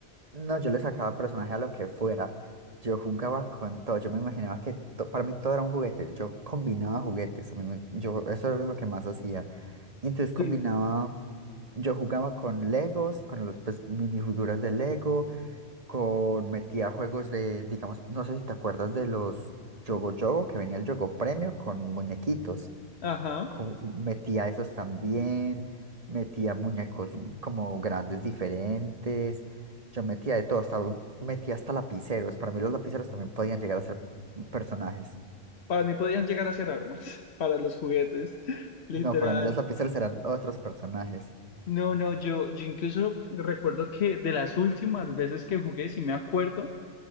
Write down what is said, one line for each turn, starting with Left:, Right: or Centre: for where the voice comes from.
Right: No, yo le sacaba personaje a lo que fuera. Yo jugaba con todo, yo me imaginaba que to- para mí todo era un juguete. Yo combinaba juguetes, a mí me- yo, eso era lo que más hacía. Entonces combinaba,
Left: Sí,
Right: yo jugaba con Legos, con los pues, minifiguras de Lego, con metía juegos de, digamos, no sé si te acuerdas de los Yogo Yogo, que venía el Yogo Premio con muñequitos.
Left: ajá.
Right: co- Metía esos también, metía muñecos como grandes diferentes. Yo metía de todo, hasta metía hasta lapiceros. Para mí los lapiceros también podían llegar a ser personajes.
Left: Para mí podían llegar a ser armas, <laughs> para los juguetes, literal.
Right: No, para mí los lapiceros eran otros personajes.
Left: No, no, yo, yo incluso recuerdo que de las últimas veces que jugué, si me acuerdo,